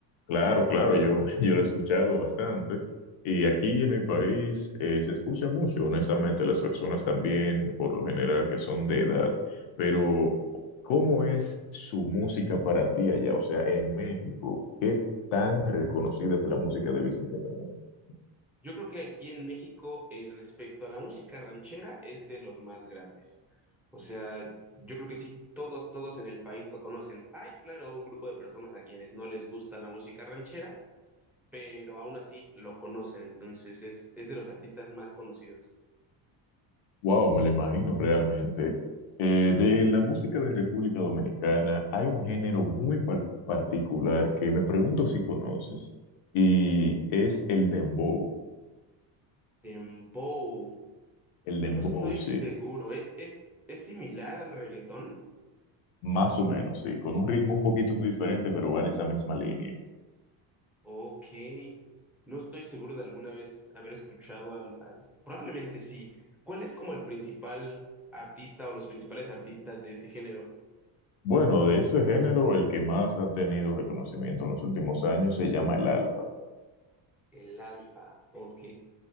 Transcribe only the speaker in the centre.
Yo creo que aquí en México, eh, respecto a la música ranchera, es de los más grandes. O sea, yo creo que sí, todos, todos en el país lo conocen. Hay, claro, un grupo de personas a quienes no les gusta la música ranchera, pero aún así lo conocen. Entonces es, es de los artistas más conocidos.
Dembow.
No
estoy seguro.
¿Es, es, es similar al reggaetón?
Ok. No estoy seguro de alguna vez haber escuchado al, al- Probablemente sí. ¿Cuál es como el principal artista o los principales artistas de ese género?
El Alfa. Ok.